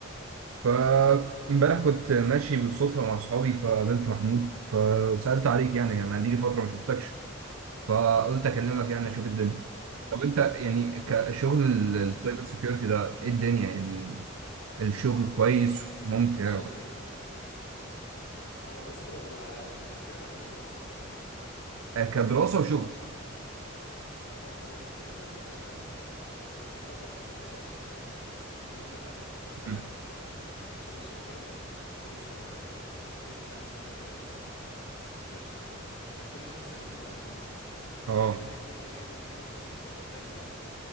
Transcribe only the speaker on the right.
فامبارح كنت ماشي بالصدفه مع اصحابي فقابلت محمود فسالت عليك يعني انا دي فتره ما شفتكش فقلت اكلمك يعني اشوف الدنيا
طب
انت يعني كشغل ال-
السايبر
سيكيورتي ده ايه الدنيا يعني الشغل كويس ممتع
آه، كدراسه وشغل
مم.
اه